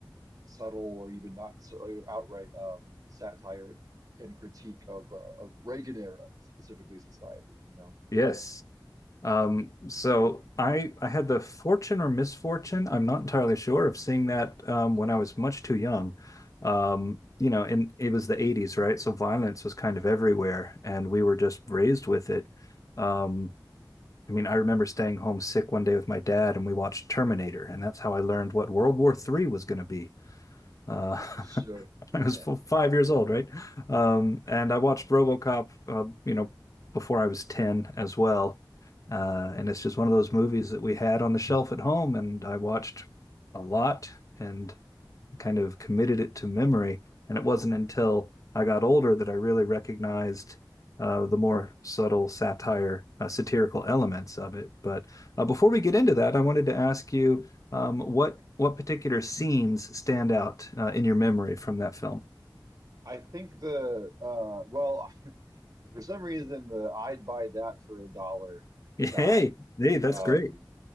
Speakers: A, on the right; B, on the left.
A: subtle or even not so outright um, satire and critique of uh, of Reagan era specifically society, you know.
B: Yes. Um, so I I had the fortune or misfortune, I'm not entirely sure, of seeing that um, when I was much too young. Um, you know, and it was the 80s, right? So violence was kind of everywhere, and we were just raised with it. Um, I mean, I remember staying home sick one day with my dad, and we watched Terminator, and that's how I learned what World War III was going to be. Uh,
A: Uh, so
B: <laughs>
A: yeah,
B: I was five years old, right? Um, and I watched RoboCop, uh, you know, before I was ten as well. Uh, and it's just one of those movies that we had on the shelf at home, and I watched a lot. And kind of committed it to memory. And it wasn't until I got older that I really recognized uh, the more subtle satire, uh, satirical elements of it. But uh, before we get into that, I wanted to ask you um, what what particular scenes stand out uh, in your memory from that film? <laughs>
A: I think the uh, well, <laughs> for some reason the I'd buy that for a dollar
B: Hey,
A: guy.
B: hey, that's
A: Um,
B: great.